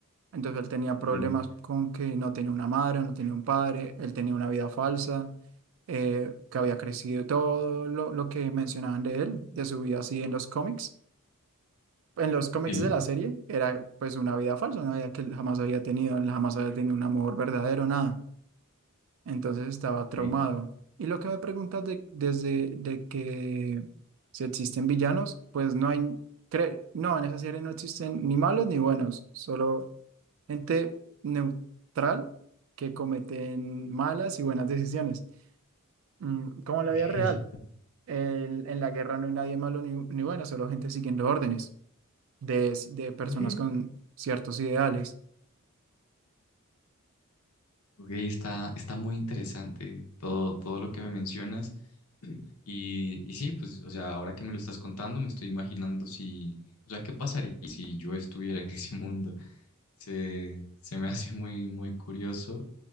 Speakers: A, on the right (about 60°); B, on the left (about 80°).
A: Entonces él tenía
B: Enten-
A: problemas con que no tenía una madre, no tenía un padre, él tenía una vida falsa eh, que había crecido, todo lo, lo que mencionaban de él, de su vida así en los cómics, en los cómics
B: Sí,
A: de la serie era pues una vida falsa, una vida que él jamás había tenido, él jamás había tenido un amor verdadero, nada. Entonces estaba
B: ok.
A: traumado. Y lo que me preguntas de, desde de que si existen villanos, pues no hay, cre- no, en esa serie no existen ni malos ni buenos, solo gente neutral que cometen malas y buenas decisiones. Mm, como en
B: Ok.
A: la vida real, en en la guerra no hay nadie malo ni, ni bueno, solo gente siguiendo órdenes de, de personas
B: Ok.
A: con ciertos ideales.
B: Ok, está, está muy interesante todo, todo lo que me mencionas. <clears throat> Y, y sí, pues, o sea, ahora que me lo estás contando, me estoy imaginando si, o sea, qué pasaría si yo estuviera <laughs> en ese mundo. Se, se me hace muy, muy curioso.